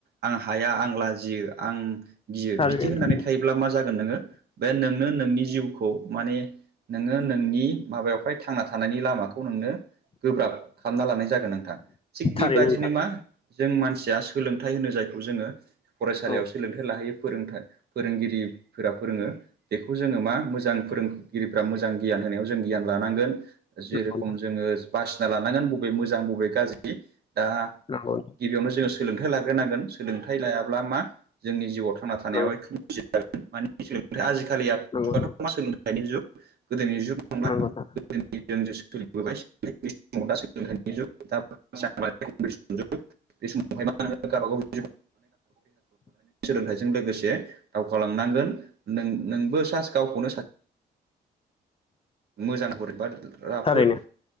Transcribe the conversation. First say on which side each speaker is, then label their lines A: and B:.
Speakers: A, on the right (about 60°); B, on the left (about 30°).
A: आं हाया आं लाजियो आं गियो
B: थारैनो
A: बिदि होननानै थायोब्ला मा जागोन नोङो बे नोंनो नोंनि जिउखौ माने नोङो नोंनि माबायावहाय थांना थानायनि लामाखौ नोंनो गोब्राब खालामना लानाय जागोन नोंथां थिग बेबायदिनो
B: थारैनो नोंथां
A: मा जों मानसिया सोलोंथाइ होनो जायखौ जोङो फरायसालियाव
B: औ
A: सोलोंथाइ लाहैयो फोरोंथाइ फोरोंगिरिफोरा फोरोङो बेखौ जोङो मा मोजां फोरोंगिरिफ्रा मोजां गियान होनायाव जों गियान लानांगोन जे
B: नंगौ
A: रोखम जोङो बासिना लानांगोन बबे मोजां बबे गाज्रि दा
B: नंगौ
A: गिबियावनो जोङो सोलोंथाइ लाग्रोनांगोन सोलोंथाइ लायाब्ला मा जोंनि जिउआव थांना थानायाव
B: नंगौ
A: जागोन माने सोलोंथाइ आजिखालि
B: नंगौ
A: जुगाथ सोलोंथाइनि जुग गोदोनि जुग नंला
B: नंगौ नोंथां
A: <unintelligible> <unintelligible> सोलोंथाइजों लोगोसे दावगालांनांगोन नों नोंबो गावखौनो सासे मोजां हरैबा राफोद
B: थारैनो